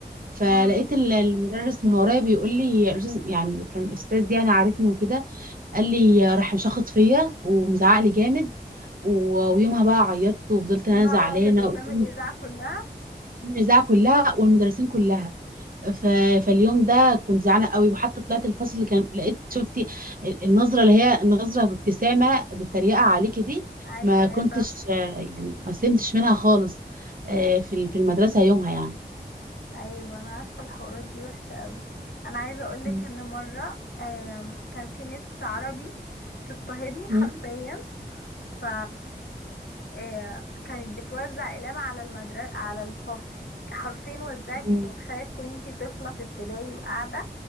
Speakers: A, on the right; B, on the left.
A: فلقيت
B: مم.
A: ال- المدرس من ورايا بيقول لي يا أستاذ- يعني كان استاذ يعني عارفني وكده قال لي راح مشخط فيا ومزعق لي جامد و- ويومها بقى عيطت وفضلت انا
B: يا نهار
A: زعلانه
B: ابيض قدام
A: قدام قدام
B: الاذاعه كلها
A: الاذاعه كلها والمدرسين كلها ف... فاليوم ده كنت زعلانه قوي وحتى طلعت الفصل كان لقيت شفتي ال- النظره اللي هي النظره بابتسامه بالتريقه عليكي دي
B: ايوه
A: ما
B: ايوه
A: كنتش
B: فا-
A: آه، يعني ما سلمتش منها خالص آه، في ال- في المدرسه يومها يعني
B: ايوه انا عارفه الحوارات دي وحشه قوي انا عايزه اقولك
A: مم.
B: ان مره آم، كان في مس عربي بتضطهدني حرفيا
A: مم.
B: ف آه، كانت بتوزع اقلام على المدرسه على الفصل حرفيا وزعت انتي
A: مم.
B: متخيله تكوني انتي طفله في ابتدائي وقاعده